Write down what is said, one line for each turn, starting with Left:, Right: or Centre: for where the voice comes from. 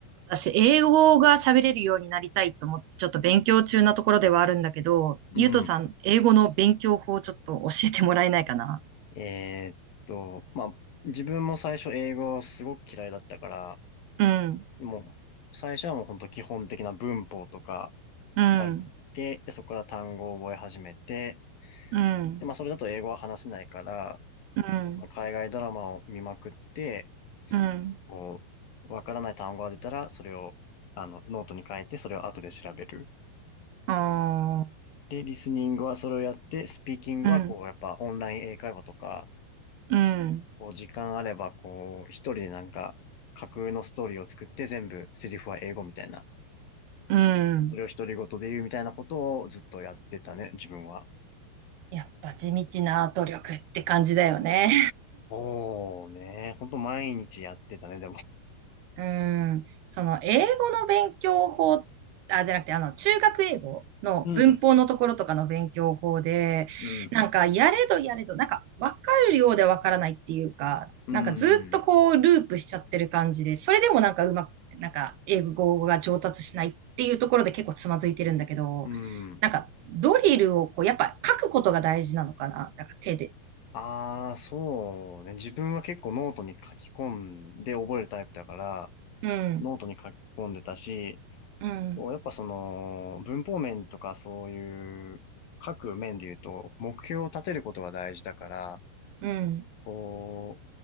Right: 私、英語が喋れるようになりたいと思って、ちょっと勉強中なところではあるんだけど、
Left: うん。
Right: ゆうとさん、英語の勉強法をちょっと教えてもらえないかな
Left: えーっと、まあ、自分も最初英語すごく嫌いだったから、
Right: うん、
Left: もう、最初はもう本当基本的な文法とか
Right: うん、
Left: 入って、でそこから単語を覚え始めて、
Right: うん、
Left: で、まあ、それだと英語は話せないから、
Right: うん、
Left: その海外ドラマを見まくって、
Right: うん、
Left: こう、わからない単語が出たら、それを、あの、ノートに書いて、それを後で調べる。
Right: あ
Left: で、リスニングはそれをやって、スピーキングはこう、
Right: ーうん、
Left: やっぱオンライン英会話とか、
Right: うん、
Left: こう時間あれば、こう、一人でなんか、架空のストーリーを作って全部セリフは英語みたいな。
Right: うん。
Left: それを独り言で言うみたいなことをずっとやってたね、自分は。
Right: やっぱ地道な努力って感じだよね。
Left: おーね、ほんと毎日やってたね、でも。
Right: うーん、その英語の勉強法、あ、じゃなくて、あの、中学英語の文法のところとかの勉強法で、
Left: うん、うん、
Right: なんか、やれどやれど、なんか、わかるようでわからないっていうか、
Left: うん、
Right: なんかずっとこう、ループしちゃってる感じで、それでもなんかうまく、なんか、英語が上達しないっていうところで結構つまずいてるんだけど、
Left: うん。
Right: なんか、ドリルをこう、やっぱ書くことが大事なのかな、だから手で。
Left: ああ、そうね。自分は結構ノートに書き込んで覚えるタイプだから、
Right: うん、
Left: ノートに書き込んでたし、
Right: うん、
Left: こうやっぱその、文法面とかそういう、各面で言うと、目標を立てることが大事だから、
Right: うん、
Left: こ